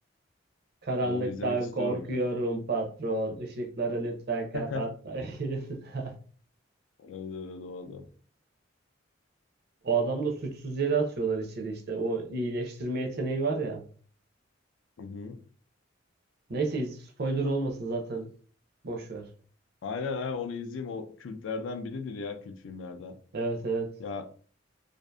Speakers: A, on the right (about 55°); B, on the left (about 70°).
A: Karanlıktan
B: E, onu izlemek istiyorum
A: korkuyorum patron. Işıkları lütfen kapatmayın.
B: ya. <laughs>
A: <laughs>
B: Evet evet o adam.
A: O adam da suçsuz yere atıyorlar içeri işte. O iyileştirme yeteneği var ya.
B: Hı hı.
A: Neyse spoiler olmasın zaten. Boş ver.
B: Aynen aynen onu izleyeyim. O kültlerden biridir ya kült filmlerden.
A: Evet evet.
B: Ya